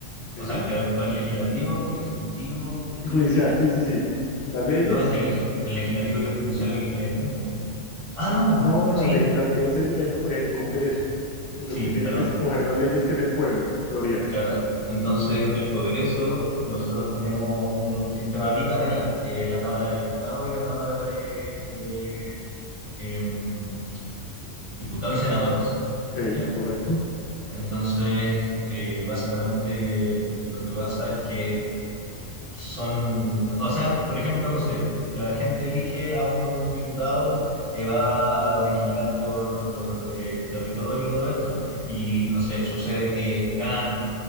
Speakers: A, on the right; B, on the left.
A: O
B: ok.
A: sea, el poder, poder legislativo, ejecutivo y...
B: Y judicial, sí, sí, sí. Las leyes,
A: No, es que el, legi- el legislativo y el judicial es el, el mismo. Ah, no,
B: no, no, no,
A: sí,
B: el legislativo es el, el, el Congreso, en
A: sí,
B: los que tienen
A: perdón.
B: que escoger las leyes, que es el pueblo, en teoría.
A: Claro. Entonces, en el Congreso nosotros tenemos un sistema bicameral, que es la Cámara de Diputados y la Cámara de, de, em, Diputados y Senadores.
B: Sí,
A: ¿Ya?
B: correcto.
A: Entonces, eh, básicamente lo que pasa es que son, o sea, por ejemplo, no sé, la gente elige a un diputado que va a legislar por, por el territorio y todo esto, y no sé, sucede que ganan,